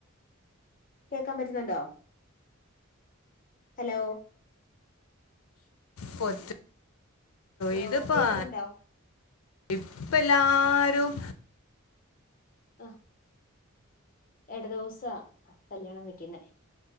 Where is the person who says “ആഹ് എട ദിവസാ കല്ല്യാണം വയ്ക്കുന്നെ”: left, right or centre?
Left